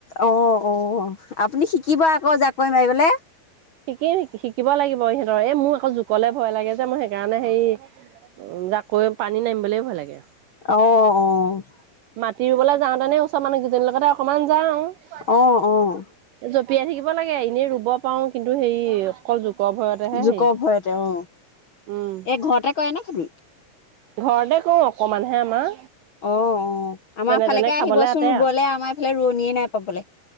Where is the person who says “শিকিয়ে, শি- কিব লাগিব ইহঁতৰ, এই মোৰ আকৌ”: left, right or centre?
Right